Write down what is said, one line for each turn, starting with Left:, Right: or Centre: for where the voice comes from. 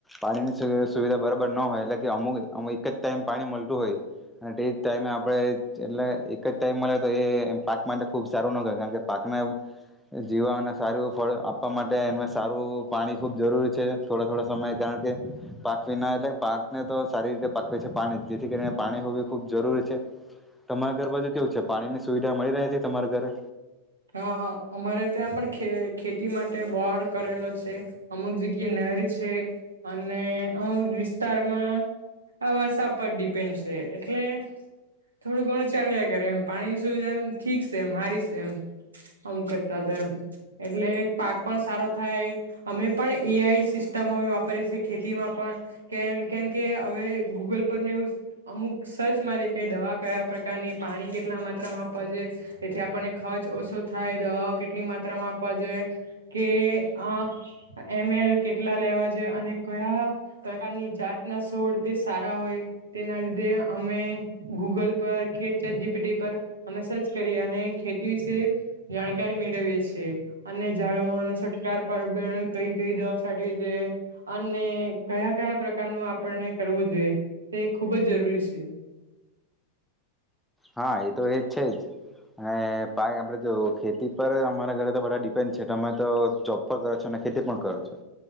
Centre: પાણીની સુવિધા બરાબર ન હોય એટલે કે અમુક એક એક જ ટાઈમ પાણી મળતું હોય અને તે જ ટાઈમે આપણે એટલે એક જ ટાઈમ મળે તો એ પાક માટે ખૂબ સારું ન કરે કારણ કે પાકને જીવાને સારું ફળ આપવા માટે એ સારું પાણી ખુબ જરૂરી છે થોડા થોડા સમય કારણ કે, પાક વિના એટલે પાકને તો સારી રીતે પાકવી છે પાણી જેથી કરીને પાણી હો ખૂબ જરૂરી છે, તમારા ઘર બાજુ કેવું છે પાણીની સુવિધા મળી રહે છે તમારા ઘરે?
Right: હા અમારે ત્યાં પણ ખેતી માટે બોર કરેલો છે, અમુક જગ્યા નહેર છે, અને અમુક વિસ્તારમાં આ વરસાદ પર ડિપેન્ડ છે, એટલે થોડું ઘણું ચાલ્યા કર એમ પાણીની સુવિધા એમ ઠીક છે એમ હારી છે એમ. અમુક કરતા તો એમ, એટલે પાક પણ સારો થાય, અમે પણ એ આઈ સિસ્ટમ હવે વાપરીએ છેએ ખેતીમાં પણ, કે કેમ કે હવે ગૂગલ પરને એવું અમુક સર્ચ મારીએ કે દવા કયા પ્રકારની પાણી કેટલા માત્રામાં આપવા છેે, એથી આપને ખત ઓછો થાય દવા કેટલી માત્રામાં આપવા જોઈએ, કે આ એમ એલ કેટલા લેવા જોઈએ અને કયા પ્રકારની જાતના સોડ તે સારા હોય તેના લીધે અમે ગૂગલ પર ખેતત જી પી ડી પર અમે સર્ચ કરી અનેે વિશે, જાણકારી મેળવીએ છે, છેએ અને જાળવનો છટકાર પરબ કઈ કઈ દવા સાટવી જોઈએ અને કયા કયા પ્રકારનું આપણને કરવું જોઈએ તે ખૂબ જ જરૂરી છે.
Centre: હા એ તો એ જ છે જ, અને પાાય આપડે જો ખેતી પર અમારા ઘરે તો બધા ડિપેન્ડ છે તમે તો જોબ પર કરો છો અને ખેતી પણ કરો છો,